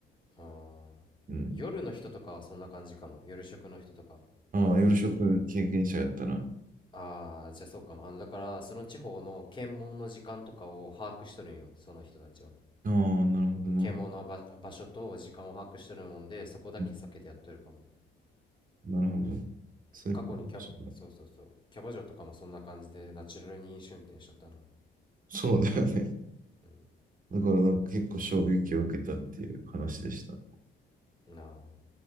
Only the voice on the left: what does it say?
ああ、
夜の人とかはそんな感じかも。夜食の人とか。
ああ、じゃあそうかも。あ、だから、その地方の検問の時間とかを把握しとるんよ、その人たちは。
検問の場、場所と時間を把握しとるもんで、そこだけ避けてやっとるかも。
過去にキャバ、そうそうそう、キャバ嬢とかもそんな感じで、ナチュラルに飲酒運転しとったな。
うん。
なあ。